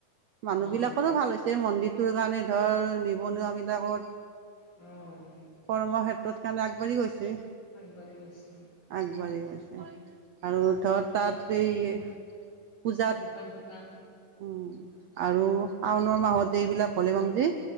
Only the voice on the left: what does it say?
অ'।
অ',
আগবাঢ়ি গৈছে অ
দোকান -চোকান